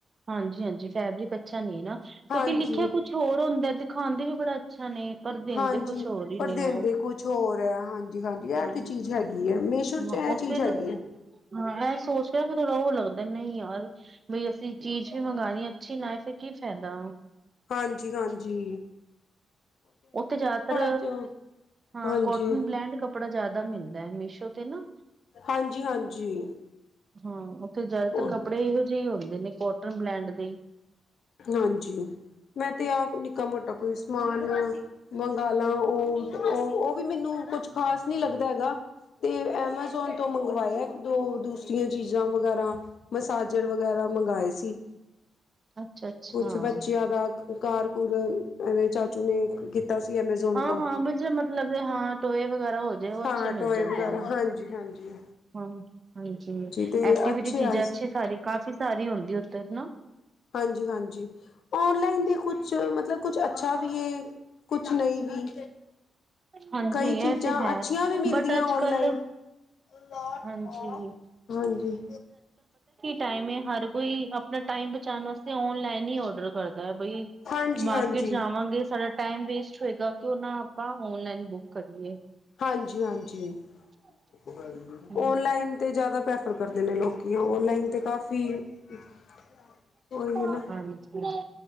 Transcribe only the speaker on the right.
ਹਾਂਜੀ-ਹਾਂਜੀ, ਫੈਬਰਿਕ ਅੱਛਾ ਨਹੀਂ ਏ ਨਾ ਕਿਉਂਕਿ
ਲਿਖਿਆ ਕੁਛ ਕੁਛ ਹੋਰ ਹੁੰਦਾ, ਦਿਖਾਂਦੇ ਵੀ ਬੜਾ ਅੱਛਾ ਨੇ ਪਰ ਦਿੰਦੇ
ਕੁਛ ਹੋਰ ਹੀ
ਨੇ
ਉਹ
ਹਾਂਜੀ
ਹਾਂ
ਉਹ
ਫਿਰ
ਹਾਂ, ਇਹ ਸੋਚ ਕੇ ਕਿ ਥੋੜ੍ਹਾ ਉਹ ਲੱਗਦਾ ਨਹੀਂ ਯਾਰ ਬਈ ਅਸੀਂ ਚੀਜ਼ ਵੀ ਮੰਗਾਣੀ ਅੱਛੀ ਨਾ ਆਏ ਫਿਰ ਕੀ ਫਾਇਦਾ।
ਉੱਥੇ ਜਿਆਦਾਤਰ
ਹਾਂ
ਕੋਟਨ ਬਲੈਂਡ ਕਪ ਕੱਪੜਾ ਜਿਆਦਾ ਮਿਲਦਾ ਮੀਸ਼ੋ ਤੇ ਨਾ,
ਹਾਂ। ਉਥੇ ਜ਼ਿਆਦਾਤਰ
ਕੱਪੜੇ ਇਹੋ ਜਿਹੇ ਹੁੰਦੇ ਨੇ ਕੋਟਨ ਬਲੈਂਡ ਦੇ ਈ।
ਅੱਛਾ। ਅੱਛਾ
ਹਾਂ-ਹਾਂ
ਬੱਚੇ ਮਤਲਬ ਹਾਂ ਟੋਏ ਵਗੈਰਾ ਹੋ ਜਾਏ ਉਹ ਅੱਛੇ
ਮਿਲ
ਜਾਂਦੇ
ਨੇ।
ਹਾਂ, ਹਾਂਜੀ
ਐਕਟੀਵਿਟੀ
ਚੀਜ਼ਾਂ
ਅੱਛੀ ਸਾਰੀ ਕਾਫੀ ਸਾਰੀ ਹੁੰਦੀ ਉੱਧਰ ਨਾ।
ਹਾਂਜੀ
ਇਹ
ਤੇ ਹੈ
ਬਟ ਅੱਜ
ਕੱਲ
ਹਾਂਜੀ
ਟਾਈਮੇ ਹਰ ਕੋਈ ਆਪਣਾ ਟਾਈਮ ਬਚਾਣ ਵਾਸਤੇ ਔਨਲਾਈਨ ਹੀ ਔਡਰ ਕਰਦਾ ਹੈ ਬਈ।
ਮਾਰਕੀਟ
ਜਾਵਾਂਗੇ, ਸਾਡਾ ਟਾਈਮ ਵੇਸਟ ਹੋਏਗਾ ਕਿਉ ਨਾ ਆਪਾਂ ਔਨਲਾਈਨ, ਬੁੱਕ ਕਰੀਏ।
<inaudible> <inaudible>
ਹੂੰ
ਹਾਂਜੀ-ਹਾਂਜੀ।